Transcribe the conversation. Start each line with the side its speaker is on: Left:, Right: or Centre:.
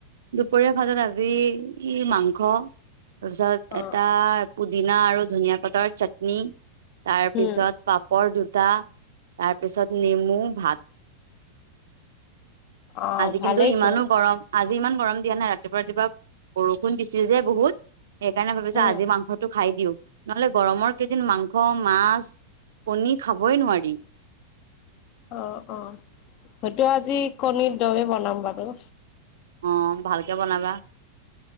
Right: দুপৰীয়াৰ সাজত আজি ই মাংস তাৰপিছত
Left: অ
Right: এটা পু দিনা আৰু ধনীয়া পাতৰ চাটনি তাৰ পিছত
Left: উম
Right: পাপৰ দু তাৰপিছত নেমু, ভাত।
Left: অ
Right: আজি
Left: ভালেইচোন
Right: কিন্তু ইমানো গৰম আজি আজি ইমান গৰম দিয়া নাই ৰাতিপুৱা ৰাতিপুৱা বৰষুণ দিছিল যে বহুত সেইকাৰণে ভাবিছো
Left: উম
Right: আজি মাংসটো খাই দিও নহ'লে গৰমৰ কেইদিন মাংস, মাছ, কণী খাবই নোৱাৰি। <unintelligible>
Left: অ অ হয়তো আজি কণীৰ দমে বনাম বাৰু।
Right: অ ভালকে বনাবা।